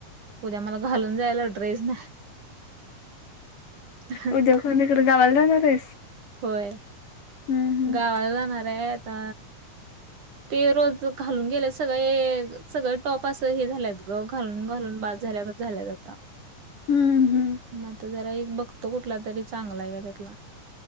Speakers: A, on the right (about 60°); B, on the left (about 70°).
A: उद्या मला घालून जायला ड्रेस नाही. नाही
B: उद्या कोणीकड गावाला जाणार आहेस.
A: होय
B: हम्म हम्म
A: गावाला जाणार आहे आता
B: <inaudible>
A: ते रोज घालून गेले सगळे सगळे टॉप असं हे झालेत ग घालून घालून बाद झाल्यागत झाल्यात आता.
B: हम्म हम्म
A: म आता जरा एक बगतो कुठला तरी चांगला आहे का त्यातला.